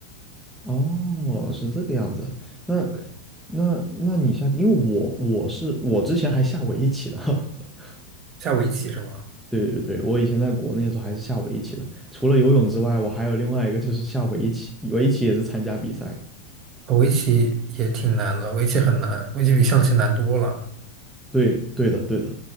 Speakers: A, in the centre; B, on the right (about 30°).
A: 哦，是这个样子。那
B: 对，
A: 那那你下，因为我我是我之前还下围棋的，<laughs>
B: 下围棋是吗？
A: 对对对，我以前在国内的时候还是下围棋的，除了游泳之外，我还有另外一个就是下围棋，围棋也是参加比赛。
B: 哦围棋也挺难的，围棋很难，围棋比象棋难多了。
A: 对对的对的，